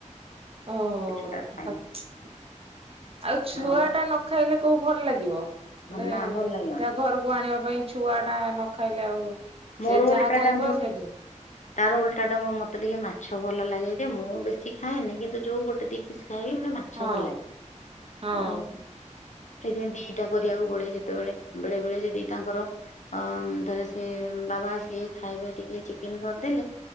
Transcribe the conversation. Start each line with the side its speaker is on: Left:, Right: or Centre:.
Right: ଓ
Left: ସେଗୁଡା ଖାଇନି
Right: ଆଉ ଛୁଆ
Left: ଆଉ
Right: ଟା ନ ଖାଇଲେ କଉ ଭଲ ଲାଗିବ
Left: ହଁ
Right: ଗୋଟେ
Left: ନା ଭଲ ଲାଗିବନି
Right: ଯାଘରକୁ ଆଣିବା ପାଇଁ ଛୁଆଟା ନ ଖାଇଲେ ଆଉ
Left: ମୋର
Right: ସେ ଯାହା
Left: ଉଲଟା
Right: ଖାଇବ
Left: ଟା ମୁଁ
Right: ସେ
Left: ତାର ଉଲଟା ଟା ମୁଁ ମା ମତେ ଟିକେ ମାଛ ଭଲ ଲାଗେ ଯେ, ମୁଁତ ବେଶୀ ଖାଏନି, କିନ୍ତୁ ଯୋଉ ଗୋଟେ ଦିି ପିସ ଖାଇବି ମୁତେ ମାଛ
Right: ହଁ
Left: ଭଲ ଲାଗେ
Right: ହଁ
Left: ଓ ସେଥିପାଇଁ ଦିଟା କରିବାକୁ ପଡେ ଯେତେବେଳେ ବେଳେ ବେଳେ ସେ ଦୁଇଟାଙ୍କର ଅଂ ଧର ସେ ବାବା ସିଏ ଖାଇବେ ଟିକେ ଚିକେନ କରିଦେଲେ।